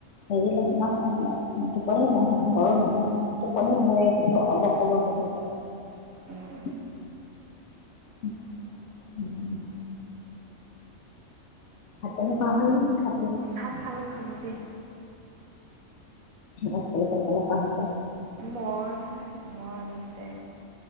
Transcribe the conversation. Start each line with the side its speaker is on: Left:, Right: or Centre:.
Left: হেৰি লাগে ন গা বিলাক সিহঁতৰ। টোপনিও নাহে <unintelligible> টোপনিও ধৰে কিন্তু অৱস-অৱস হৈ থাকে আৰু।
Right: উম
Left: <inaudible> উম! ভাত, পানী খোৱা হ'ল নে নে খাব হে?
Right: ভাত খালোঁ-খালোঁ দেই।
Left: আজিকালি সোনকালে খোৱা হৈছে।
Right: মইহে খাইছো, মই আমি দুটাই।